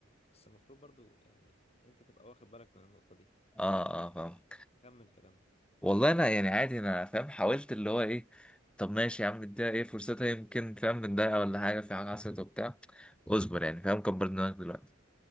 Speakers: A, on the left; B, in the centre.
A: بس المفروض برضو يعني انت تبقى واخد بالك من النقطه دي
B: اه اه فاهم
A: كمل كلام
B: والله انا يعني عادي انا فاهم حاولت اللي هو ايه طب ماشي يا عم اديها ايه فرصتها يمكن فاهم من دقيقة ولا حاجة في حاجة حصلت وبتاع اصبر يعني فاهم كبر دماغك دلوقتي